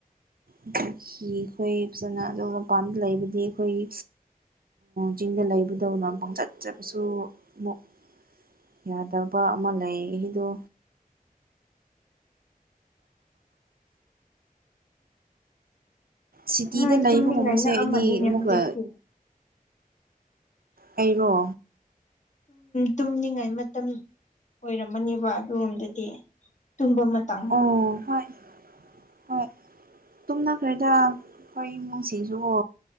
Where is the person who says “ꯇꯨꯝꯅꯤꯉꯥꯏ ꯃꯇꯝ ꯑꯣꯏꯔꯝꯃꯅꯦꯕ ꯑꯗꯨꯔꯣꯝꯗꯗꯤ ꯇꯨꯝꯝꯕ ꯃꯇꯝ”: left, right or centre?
Left